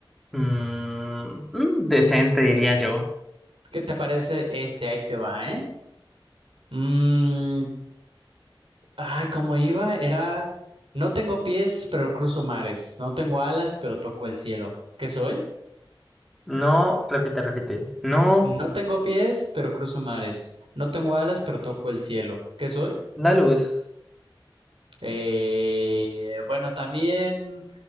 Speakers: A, in the centre; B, on the right.
A: Mm, mm, decente, diría yo.
B: ¿Qué te parece este? Ahí te va, ¿eh? Mm, ay, cómo iba, era, no tengo pies, pero cruzo mares. No tengo alas, pero toco el cielo. ¿Qué soy?
A: No, repite, repite. No,
B: No tengo pies, pero cruzo mares. No tengo alas, pero toco el cielo. ¿Qué soy?
A: la luz.
B: Eh, bueno, también,